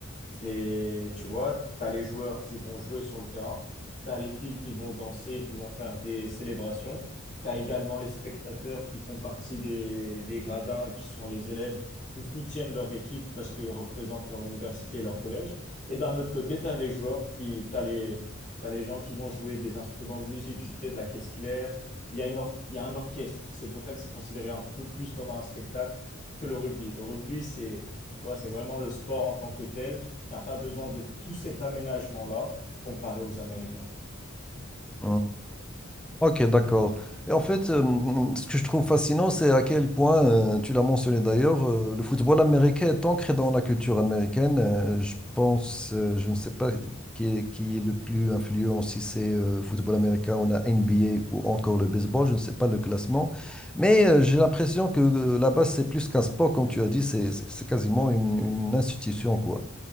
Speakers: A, on the left; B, in the centre.
A: C'est, tu vois, t'as les joueurs qui vont jouer sur le terrain. Tu as les filles qui vont danser, qui vont faire des célébrations. Tu as également les spectateurs qui font partie des, des gradins, qui sont les élèves qui soutiennent leur équipe parce qu'ils représentent leur université, leur collège. Et d'un autre côté, tu as les joueurs qui, t'as les, t'as les gens qui vont jouer des instruments de musique. J'ai fait de la caisse claire. Il y a une or- il y a un orchestre. C'est pour ça que c'est considéré un peu plus comme un spectacle que le rugby. Le rugby, c'est, tu vois, c'est vraiment le sport en tant que tel. T'as pas besoin de tout cet aménagement-là comparé aux Américains.
B: Hein. Ok, d'accord. Et en fait, euh, ce que je trouve fascinant, c'est à quel point, euh, tu l'as mentionné d'ailleurs, euh, le football américain est ancré dans la culture américaine. Euh, je pense, euh, je ne sais pas qui est, qui est le plus influent, si c'est euh, football américain ou la NBA ou encore le baseball, je ne sais pas le classement. Mais euh, j'ai l'impression que euh, là-bas, c'est plus qu'un sport, comme tu as dit, c'est c'est- c'est quasiment une, une institution, quoi.